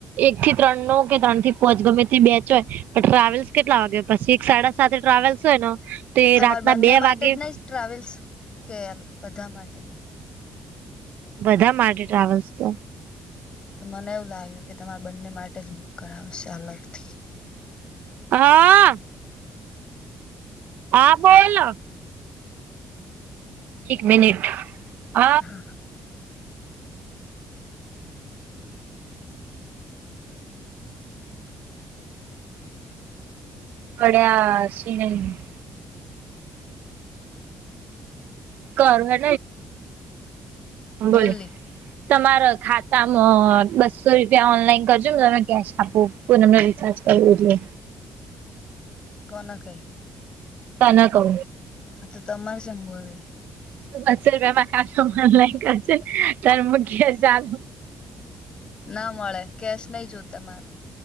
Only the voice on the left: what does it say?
તમારે
બંને
માટે
જ નહી ટ્રાવેલ્સ કે બધા માટેની
મને એવું લાગ્યું કે તમારે બંને માટે જ બુક કરાવશે અલગથી
હા
બોલી
કોને કહી?
આ તો તમારે ચેમ બોલે
ના મળે કેશ નહી જોતા મારે